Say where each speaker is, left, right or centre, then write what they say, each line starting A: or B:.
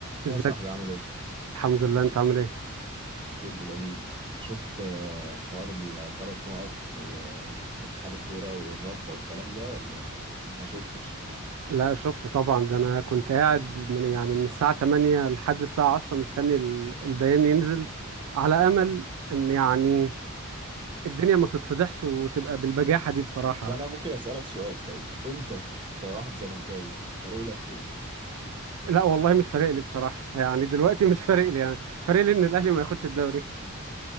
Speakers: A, on the right (about 25°); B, on the right (about 80°).
A: يا
B: ازيك
A: صاحبي عامل ايه؟
B: الحمد لله انت عامل ايه
A: كله جميل شفت آه، حوار الثلاث نقط و- واتحاد الكورة والرابطة والكلام ده ولا ما شفتش
B: لا شفت طبعا ده انا كنت قاعد من يعني من الساعة 8 لحد الساعة 10 مستني ال- البيان ينزل على امل ان يعني الدنيا ما تتفضحش وتبقى بالبجاحة دي بصراحة
A: طب انا ممكن اسألك سؤال طيب انت كواحد زملكاوي فارق لك في ايه؟
B: لا والله مش فارق لي بصراحة يعني دلوقتي مش فارق لي يعني فارق لي ان الاهلي ما ياخدش الدوري